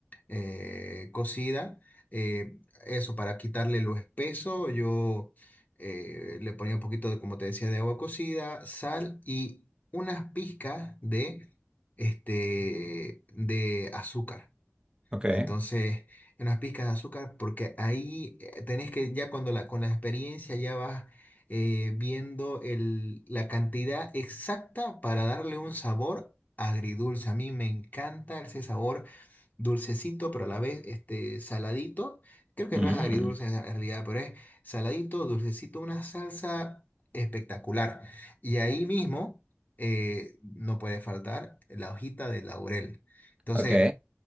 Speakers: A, on the left; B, on the right.
A: eh, cocida. Eh, eso, para quitarle lo espeso, yo eh, le ponía un poquito de, como te decía, de agua cocida, sal y unas pizcas de, este, de azúcar.
B: Ok.
A: Entonces, unas pizcas de azúcar, porque ahí eh, tenés que ya cuando la, con la experiencia ya vas eh, viendo el, la cantidad exacta para darle un sabor agridulce. A mí me encanta ese sabor dulcecito, pero a la vez este, saladito. Creo que
B: Mm,
A: no es agridulce en realidad, pero es saladito, dulcecito, una salsa espectacular. Y ahí mismo eh, no puede faltar la hojita de laurel. Entonces,
B: Ok.